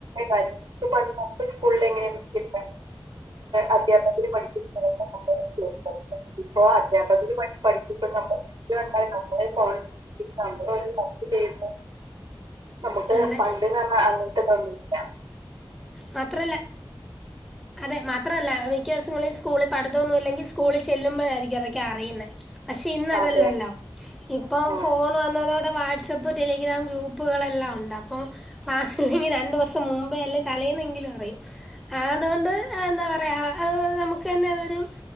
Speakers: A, on the right (about 60°); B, in the centre.
A: കാര്യങ്ങ <unintelligible> പണ്ട് <unintelligible> സ്കൂൾള് എങ്ങനെ പിടിച്ചി അധ്യാപകര് പഠിപ്പിക്ക മുന്നേ <unintelligible> പ്പൊ ആധ്യാപകര് പഠി പഠിപ്പിക്കുന്ന <unintelligible> ഞമ്മള് ഫോണ് ഒരു വർക്ക് ചെയ്യുമ്പോ നമ്മക്ക്
B: അതെ
A: പണ്ട്ന്നർഞാ അങ്ങൻത്തെ ഇതൊന്നുല്ലാ.
B: മാത്രല്ലാ അതെ മാത്രല്ല മിക്കവ്സ്ങ്ങളിൽ സ്കൂളിൽ പഠിതൊന്നും ഇല്ലെങ്കി സ്കൂളിൽ ചെല്ലുമ്പോഴായിരി ഇതൊക്കേ അറിയുന്നേ പക്ഷെ ഇന്ന് അതല്ലല്ലോ
A: അതെ
B: ഇപ്പൊ
A: ആഹ്
B: ഫോൺ വന്നതോടെ വാട്സ്ആപ് പ്പോ ടെലിഗ്രാം ഗ്രൂപ്പുകളെല്ലാം ഉണ്ട് അപ്പൊ ക്ലാസ്സ്‌ഇല്ലങ്കി രണ്ടൂസം മുമ്പേ അല്ലേ തലേന്നെങ്കിലും പറയും ആ അതുകൊണ്ട് എന്താ പറയാ നമുക്ക്ന്നെ അതൊരു